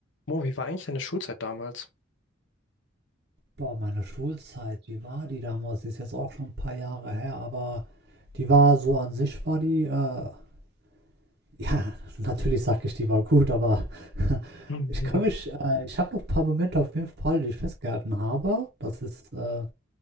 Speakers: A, on the left; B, on the right.
A: Mo, wie war eigentlich deine Schulzeit damals?
B: Boah, meine Schulzeit, wie war die damals? Die ist jetzt auch schon ein paar Jahre her, aber die war so an sich war die, äh <laughs> ja, natürlich sage ich, die war gut, aber
A: Mhm.
B: ich kann mich äh, ich habe noch ein paar Momente auf jeden Fall, die ich festgehalten habe. Das ist, äh,